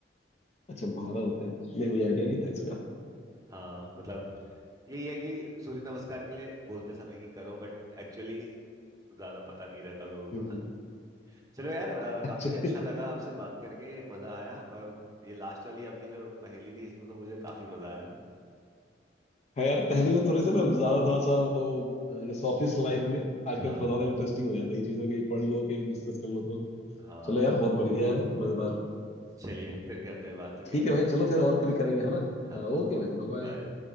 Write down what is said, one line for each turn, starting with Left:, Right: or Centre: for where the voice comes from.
Left: अच्छा बारह होते हैं नहीं
Right: हम्म,
Left: मुझे आइडिया नहीं था इसका
Right: हाँ मतलब यही है कि सूर्य नमस्कार के लिए बोलते समय कि करो बट एक्चुअली ज्यादा पता नहीं रहता लोगों
Left: हम्म,
Right: को ना चलो यार अ,
Left: <laughs> अच्छा
Right: काफी अच्छा लगा आपसे बात करके मजा आया और ये लास्ट वाली आपकी जो पहेली थी इसमें तो मुझे काफी मजा आया
Left: हाँ यार पहले में थोड़े से ना ज्यादा थोड़ा सा वो अ, जैसे ऑफिस लाइफ में आजकल
Right: हाँ
Left: थोड़ा ज्यादा इंटरेस्टिंग हो जाता है ये चीजें कहीं पढ़ लो कहीं डिस्कस कर लो तो
Right: हाँ
Left: चलो यार बहुत बढ़िया है मजेदार
Right: चलिए फिर करते हैं बात ओके
Left: ठीक है भाई चलो फिर और कभी करेंगे है ना
Right: हाँ
Left: हाँ ओके भाई बाय बाय।
Right: बाय